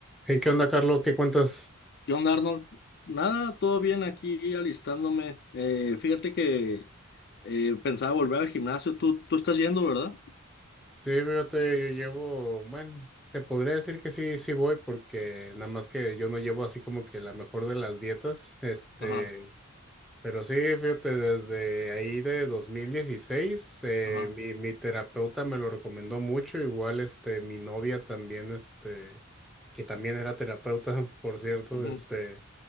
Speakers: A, in the centre; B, on the left (about 50°).
A: Hey, ¿qué onda, Carlos? ¿Qué cuentas?
B: ¿Qué onda, Arnold? Nada, todo bien aquí alistándome. Eh, fíjate que eh, pensaba volver al gimnasio. Tú, tú estás yendo, ¿verdad?
A: Sí, fíjate, yo llevo, bueno, te podría decir que sí, sí voy, porque nada más que yo no llevo así como que la mejor de las dietas, este,
B: Ajá,
A: pero sí, fíjate, desde ahí de 2016, eh,
B: ajá,
A: mi, mi terapeuta me lo recomendó mucho, igual, este, mi novia también, este, que también era terapeuta, <laughs> por cierto,
B: ujú,
A: este,